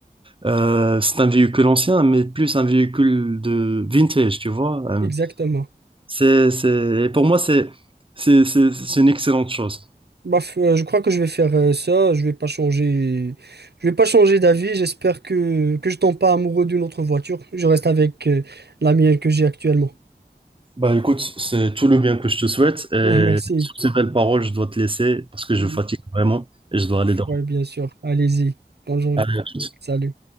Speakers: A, on the right; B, on the right.
A: Euh, c'est un véhicule ancien, mais plus un véhicule de vintage, tu vois. Euh,
B: Exactement.
A: c'est, c'est, et pour moi, c'est, c'est, c'est, c'est une excellente chose.
B: Bah, f- euh, je crois que je vais faire euh, ça. Je vais pas changer. Je vais pas changer d'avis. J'espère que, que je tombe pas amoureux d'une autre voiture. Je reste avec euh, la mienne que j'ai actuellement.
A: Bah écoute, c'est tout le bien que je te souhaite et
B: <laughs> Bon, merci.
A: sur ces belles paroles, je dois te laisser parce que je
B: Bah,
A: fatigue vraiment et je dois aller dormir.
B: ouais, bien sûr. Allez-y. Bonjour.
A: Allez, à toutes.
B: Salut.